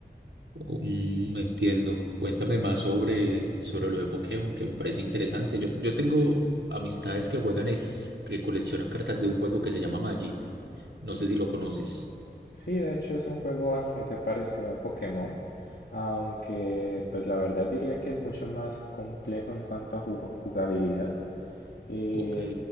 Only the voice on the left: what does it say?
Sí, de hecho es un juego bastante parecido a Pokémon, aunque pues la verdad diría que es mucho más complejo en cuanto a ju- jugabilidad. Eh,